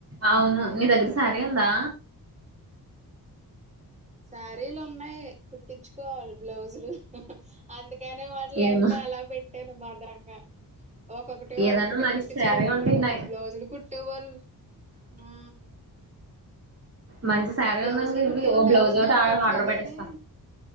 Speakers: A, on the right (about 40°); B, on the right (about 20°).
A: అవును నీ దగ్గర సారీ ఉందా
B: శారీలు ఉన్నాయి కుట్టించుకోవాలి బ్లౌజులు అందుక కానే వాటిలన్నీ
A: ఏమో
B: అలా పెట్టాను భద్రంగా ఒకొక్కటి
A: ఏదన్నా
B: ఒకోక్కటి
A: మంచి
B: కుట్టించుకుంటున్నాను
A: శారీ ఉంటే నా
B: బ్లౌజులు కుట్టేవాళ్ళు ఆ
A: మంచి శారీ
B: బ్లౌజులు
A: ఉందానికి ఇవి
B: కుట్టే వాళ్ళు
A: ఓ బ్లౌజ్
B: ఎవరు
A: ఒకటి
B: దొరకట్లేదని
A: <unintelligible> ఆర్డర్ పెట్టేస్తా